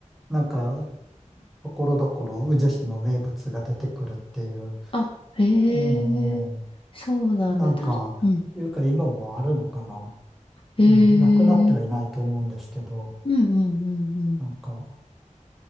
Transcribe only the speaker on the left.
あ、へえ、
そうなんだ。
たし、うん。
へえ、
うんうんうんうん。